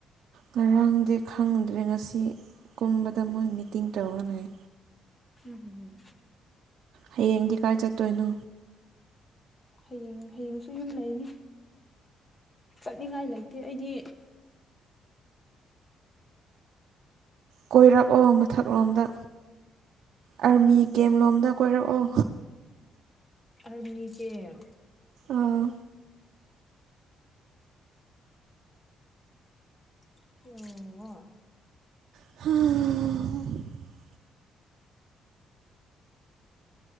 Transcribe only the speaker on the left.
ꯎꯝ
ꯍꯌꯦꯡ ꯍꯌꯦꯡꯁꯨ ꯌꯨꯝ ꯂꯩꯅꯤ ꯆꯠꯅꯤꯡꯉꯥꯏ ꯂꯩꯇꯦ ꯑꯩꯗꯤ
ꯑꯥꯔꯃꯤ ꯀꯦꯝ꯫
<inaudible>